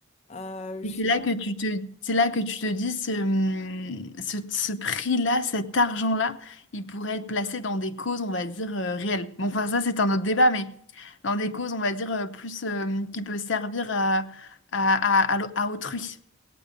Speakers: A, on the left; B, on the left.
A: Euh, je
B: Et
A: sais
B: c'est là
A: pas.
B: que tu te, c'est là que tu te dis ce, hum, ce, ce prix-là, cet argent-là, il pourrait être placé dans des causes, on va dire, euh, réelles. Bon, enfin, ça, c'est un autre débat, mais dans des causes, on va dire, euh, plus euh, qui peut servir à, à, à, à l'au- à autrui,